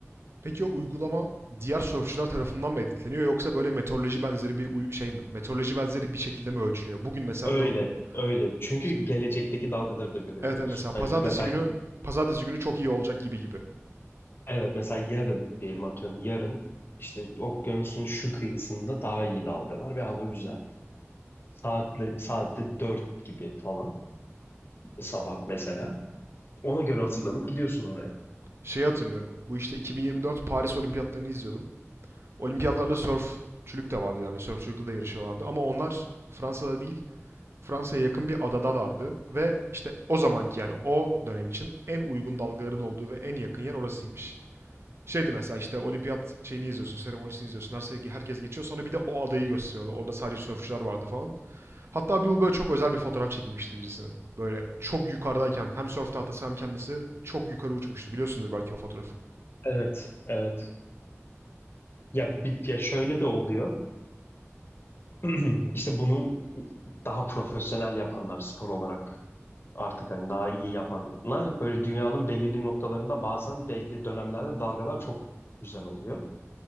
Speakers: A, on the right; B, on the left.
A: Peki o uygulama diğer surfçular tarafından mı editleniyor yoksa böyle meteoroloji benzeri bir uy- şey mi? Meteoroloji benzeri bir şekilde mi ölçülüyor? Bugün mesela
B: Öyle,
A: dör-
B: öyle. Çünkü
A: işte
B: gelecekteki dalgaları da görebiliyorsun.
A: evet, evet mesela pazartesi
B: Hani mesela
A: günü pazartesi günü çok iyi olacak gibi gibi.
B: evet mesela yarın diyelim atıyorum yarın işte okyanusun şu kıyısında daha iyi dalgalar ve hava güzel. Saatle, saatte 4 gibi falan. sabah mesela. Ona göre hazırlanıp gidiyorsun oraya.
A: Şeyi hatırlıyorum. Bu işte 2024 Paris Olimpiyatlarını izliyordum. Olimpiyatlarla sörfçülük de vardı yani sörfçülükte de yarışıyorlardı ama onlar Fransa'da değil Fransa'ya yakın bir adadalardı ve işte o zamanki yani o dönem için en uygun dalgaların olduğu ve en yakın yer orasıymış. Şeydi mesela işte olimpiyat şeyini izliyorsun, seremonisini izliyorsun. Her, herkes geçiyor. Sonra bir de o adayı gösteriyordu. Orada sadece sörfçüler vardı falan. Hatta bir bu böyle çok özel bir fotoğraf çekilmişti birisinin. Böyle çok yukarıdayken hem sörf tahtası hem kendisi çok yukarı uçmuştu. Biliyorsundur belki o fotoğrafı.
B: Evet, evet. Ya, bir, ya şöyle de oluyor. <clears throat> İşte bunu daha profesyonel yapanlar spor olarak artık hani daha iyi yapanlar böyle dünyanın belirli noktalarında bazen belli dönemlerde dalgalar çok güzel oluyor.